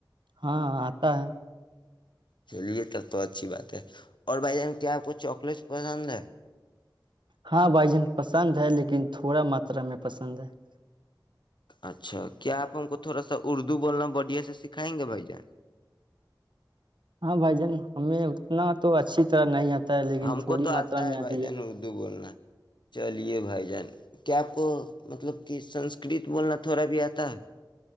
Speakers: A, on the right; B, on the left.
A: ہاں آتا ہے <unintelligible>
B: چلیے تب تو اچھی بات ہے اور بھائی جان کیا آپ کو چاکلیٹ پسند ہے <unintelligible>
A: ہاں بھائی جان پسند ہے لیکن تھوڑا ماترا میں پسند ہے <unintelligible>
B: اچھا کیا آپ ہم کو تھوڑا سا اردو بولنا بڑھیا سے سکھائیں گے بھائی جان <unintelligible>
A: ہاں بھائی جان ہمیں اتنا تو اچھی طرح نہیں آتا <unintelligible>
B: ہم
A: تھوڑی
B: کو تو
A: ماترا
B: آتا
A: میں
B: ہے
A: آتی
B: بھائی جان اردو بولنا <unintelligible> چلیے بھائی جان کیا آپ کو مطلب کہ سنسکرت بولنا تھوڑا بھی آتا ہے <unintelligible>